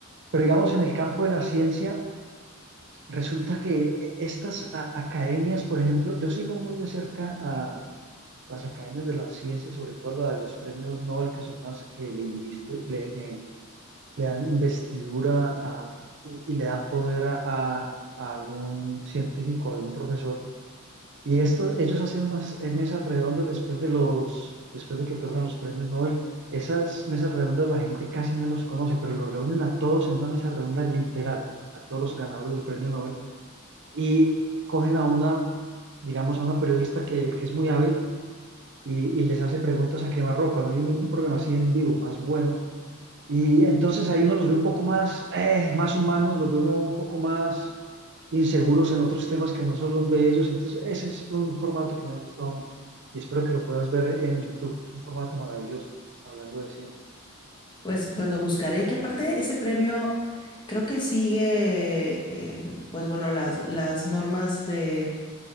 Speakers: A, on the right; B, on the left.
A: Pero digamos, en el campo de la ciencia, resulta que eh, estas a- academias, por ejemplo, yo sigo muy de cerca a las academias de la ciencia, sobre todo la de los premios Nobel, que son las que le, inviste- le, eh, le dan investidura a- y, y le dan poder a, a- a algún científico, a algún profesor. Y esto, ellos hacen unas eh, mesas redondas después de los, después de que otorgan los premios Nobel. Esas mesas redondas la gente casi no los conoce, pero los reúnen a todos en una mesa redonda literal, a todos los ganadores del premio Nobel, y cogen a una, digamos, a una periodista que, que es muy hábil y, y les hace preguntas a quemarropa no hay ningún problema así en vivo, más bueno y entonces ahí uno los ve un poco más, eh, más humanos, los ve uno un poco más inseguros en otros temas que no son los de ellos. Entonces ese es un formato que me ha gustado mucho y espero que lo puedas ver en YouTube. Es un formato maravilloso, hablando de ciencia.
B: Pues, pues lo buscaré, que aparte ese premio creo que sigue, eh, pues bueno, las, las normas de,